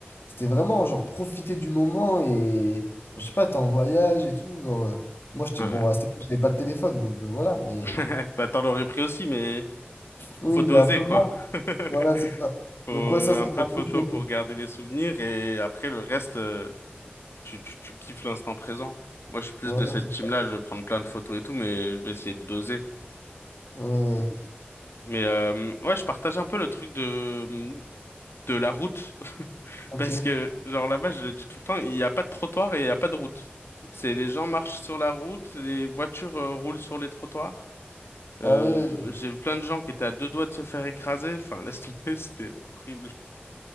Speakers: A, on the left; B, on the left.
A: c'était vraiment genre profiter du moment et je sais pas, t'es en voyage et tout. Genre, euh, moi, j'étais
B: hein.
A: bon,
B: Ouais,
A: à cette époque, j'avais pas de téléphone, donc euh, voilà, mais
B: ouais. <laughs> Bah, t'en aurais pris aussi, mais...
A: oui,
B: Faut doser,
A: mais un peu
B: quoi.
A: moins.
B: <laughs>
A: Voilà, c'est ça.
B: Faut
A: Donc, ouais, ça, ça
B: un
A: m'a
B: peu
A: un
B: de
A: peu
B: photos
A: choqué.
B: pour garder les souvenirs et après le reste, euh, tu, tu, tu kiffes l'instant présent. Moi, je suis plus
A: Voilà,
B: de cette
A: c'est-
B: team-là, je vais prendre plein de photos et tout, mais je vais essayer de doser.
A: ouais, ouais, ouais.
B: Mais euh, ouais, je partage un peu le truc de, de la route. <laughs>
A: ok.
B: Parce
A: Ouais.
B: que, genre là-bas, je le dis tout le temps, il n'y a pas de trottoir et il n'y a pas de route. C'est les gens marchent sur la route, les voitures euh, roulent sur les trottoirs. Euh,
A: Ah ouais. ouais.
B: j'ai vu plein de gens qui étaient à deux doigts de se faire écraser. Enfin, laisse tomber, <laughs> c'était horrible.